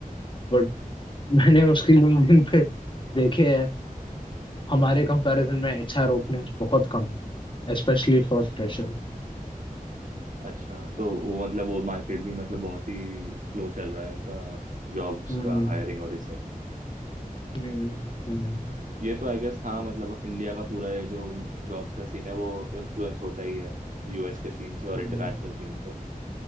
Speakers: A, on the left (about 35°); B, on the right (about 60°).
A: बट मैंने उसकी लिंक्डइन पे देखे है हमारे कंपैरिजन में एचआर ओपनिंग्स बहुत कम है स्पेशली फॉर फ्रेशर
B: अच्छा तो वो मतलब वो मार्केट भी मतलब बहुत ही स्लो चल रहा है उनका जॉब्स
A: हम्म
B: का हायरिंग और ये सब
A: हम्म हम्म
B: ये तो आई गेस हाँ मतलब इंडिया का पूरा ये जो जॉब्स का सीन है वो इन्फ्लुएंस होता ही है यूएस के सीन से और
A: हम्म
B: इंटरनेशनल सीन से